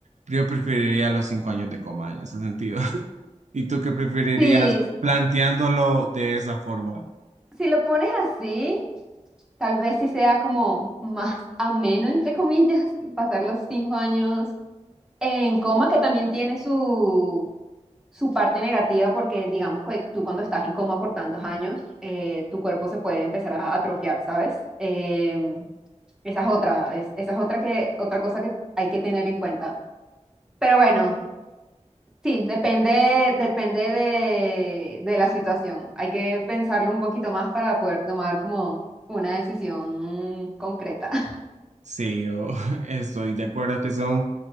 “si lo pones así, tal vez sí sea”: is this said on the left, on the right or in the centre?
Centre